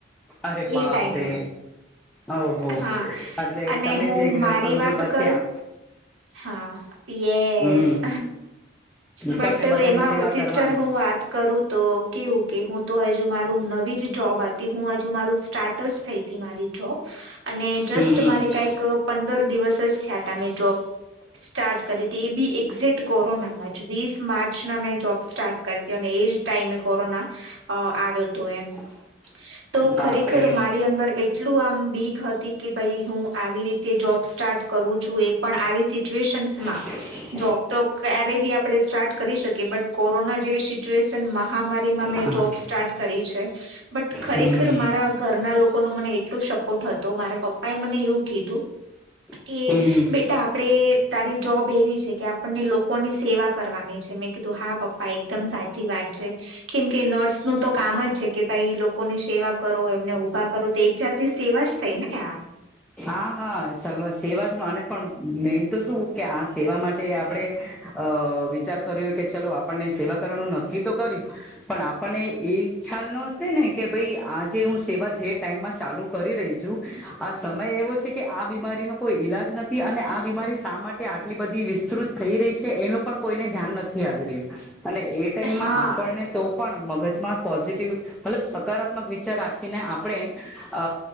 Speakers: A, in the centre; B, on the right (about 85°).
A: અરે બા
B: એ ટાઈમે
A: તે ઓહ
B: હા
A: એટલે
B: અને
A: તમે
B: હું
A: જે
B: મારી
A: સમજો
B: વાત
A: બચ્યા
B: કરું હા યસ
A: હમ
B: બટ
A: તમને બધાની
B: એમાં
A: સેવા
B: સિસ્ટર
A: કરવાની
B: હું વાત કરું તો કેવું કે, હું તો હજુ મારું નવી જ જોબ હતી, હું હજુ મારું સ્ટાર્ટ તસ થઈ થી મારી જોબ, અને
A: હમ
B: જસ્ટ
A: હમ
B: મારે કાંઈક પંદર દિવસ જ થયા તા મેં જોબ સ્ટાર્ટ કરી તી, એ બી એક્ઝિટ કોરોનામાં જ, વીસ માર્ચના મેં જોબ સ્ટાર્ટ કરી દયો ને એજ ટાઈમે કોરોના અ આવ્યો તો એમ.
A: <inaudible>
B: તો
A: બાપરે
B: ખરેખર મારી અંદર એટલું આમ બીક હતી કે ભાઈ હું આવી રીતે જોબ સ્ટાર્ટ કરું છું એ પણ આવી સિચ્યુએશન્સ માં
A: અ
B: જોબ તો કરે બી આપણે સ્ટાર્ટ કરી શકી બટ કોરોના જેવી સિચ્યુએશન મહામારીમાં મેં
A: હમ
B: જોબ સ્ટાર્ટ કરી છે. બટ ખરેખર
A: હમ
B: મારા ઘરના લોકો ન મને એટલું શક હતો મારા પપ્પા એ મને એવું કીધું
A: હમ
B: કે
A: હમ
B: બેટા આપડે તારી જોબ એવી છે કે આપણને લોકોની સેવા કરવાની છે મેં કીધું હા પપ્પા એકદમ સાચી વાત છે. કેમ કે નર્સનું તો કામ જ છે કે ભાઈ લોકોની સેવા કરો એમને ઉઊભા કરો તો એક જાત સેવા જ થઈ ને આ
A: હા હા સેવાજ ન અને પણ મેન તો શું કે આ સેવા માટે આપણે અ વિચાર કર્યો કે ચલો આપણને સેવા કરવાનું નક્કી તો કર્યું. પણ આપણને એ ખ્યાલ ન ને કે ભાઈ આજે હું સેવા જે ટાઈમમાં ચાલુ. કરી રહી છું આ સમય એવો છે કે આ બીમારીનો કોઈ ઈલાજ નથી અને આ બીમારી શા માટે આટલી બધી વિસ્તૃત થઈ રહી છે એનું પણ કોઈને ધ્યાન નથી આવી રહ્યું અને એ ટાઈમમાં
B: હા
A: આપણને તો પણ મગજમાં પોઝિટિવ મતલબ સકારાત્મક વિચાર રાખીને આપણે અ